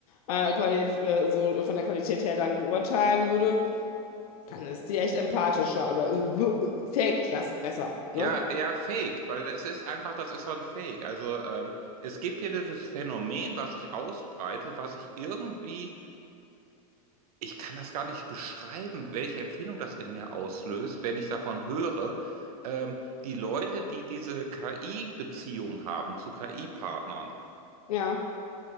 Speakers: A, on the left (about 75°); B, on the right (about 75°).
A: Äh, quali- äh, so von der Qualität her dann beurteilen würde, dann ist die echt empathischer oder äh, w- äh, faked das besser, ne?
B: ja, ja, faked, weil es ist einfach, das ist so ein Fake. Also ähm, es gibt hier dieses Phänomen, was sich ausbreitet, was sich irgendwie ich kann das gar nicht beschreiben, welche Empfindung das in mir auslöst, wenn ich davon höre, ähm, die Leute, die diese KI-Beziehung haben zu KI-Partnern.
A: Ja.